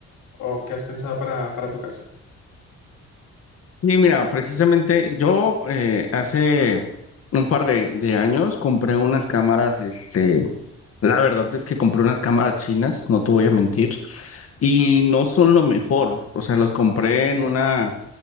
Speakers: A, on the left; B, on the left.
A: ¿O qué has pensado para, para tu casa?
B: Sí, mira, precisamente yo eh, hace un par de, de años compré unas cámaras, este, la verdad es que compré unas cámaras chinas, no te voy a mentir, y no son lo mejor. O sea, los compré en una,